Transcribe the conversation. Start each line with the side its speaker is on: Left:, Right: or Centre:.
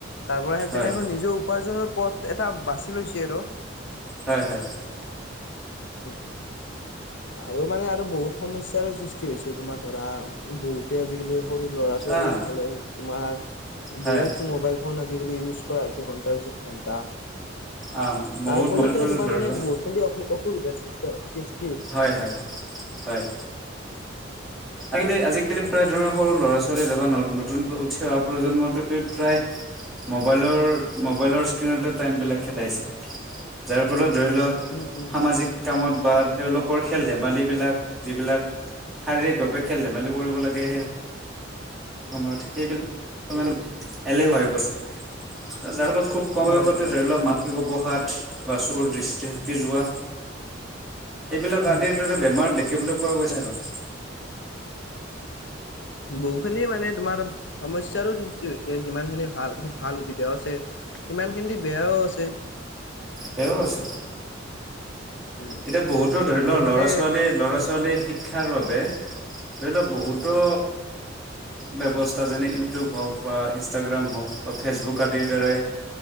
Left: তাৰ পৰা সে
Centre: হয়
Left: তেনে নিজৰ উপাৰ্জনৰ পথ এটা বাচি- ছে আৰু।
Centre: হয় হয়।
Left: উম। আৰু মানে আৰু বহুত সমস্যাৰো সৃষ্টি হৈছে তোমাৰ ধৰা বহুতে আজিকালি সৰু ল'ৰা ছোৱালী
Centre: আহ
Left: সকলে তোমাৰ
Centre: হয়
Left: বহুত মোবাইল ফোন আজ- আজি কালি ইউজ কৰা হৈছে ঘন্টাৰ পিছত ঘন্টা।
Centre: আহ বহুত
Left: তাৰ ফলতো
Centre: মল চল
Left: তোমাৰ
Centre: ধৰি
Left: মানে
Centre: লোৱা
Left: বটিন বিলাক অসু অসুবিধা সৃ সৃষ্ট
Centre: হয় হয় হয় আ আজিকালি প্ৰায় ধৰক সৰু ল'ৰা ছোৱালী তবা নতুন উঠি অহা প্ৰজন্মটোৱে প্ৰায় মবাইলৰ মোবাইলৰ স্ক্ৰীণত টাইম বিলাক খেদাইছে। যাৰ ফলত ধৰি লও
Left: উম উম
Centre: সামাজিক
Left: হয়
Centre: কামত বা তেওঁলোকৰ খেল ধেমালিবিলাক যিবিলাক শাৰীৰিক ভাৱে খেল ধেমালি কৰিব লাগে সেই সময়ত। সেইবিলাক
Left: উম
Centre: মানুহবো
Left: উম
Centre: এলেহুৱা হৈ পৰিছে, যাৰ ফলত খুব কম
Left: হয়
Centre: বয়সতে
Left: হয়
Centre: ধৰিল <unintelligible> সাত বা চুৰ দৃষ্টিশক্তি যোৱা, এইবিলাক
Left: উম
Centre: আদিৰ দৰে বেমাৰ দেখ- দেখিবলৈ পোৱা গৈছে আৰ।
Left: বহু খিনি মানে তোমাৰ সমস্যাৰো ছে হৈছে যিমান খিনি ভাল ভাল সুবিধাও আছে সিমান খিনি বেয়াও আছে।
Centre: তেওঁ আছে।
Left: উম
Centre: এতিয়া বহুতো ধৰি
Left: আৰু
Centre: লওক
Left: মানে
Centre: ল'ৰা ছোৱালী ল'ৰা ছোৱালী শিক্ষাৰ বাবে ধৰি লক বহু ত
Left: <unintelligible>
Centre: ব্যৱস্থা যেনে ইউটিউব হওক বা ইনষ্টাগ্ৰাম হওক বা ফেচবুক আদিৰ দ্বাৰাই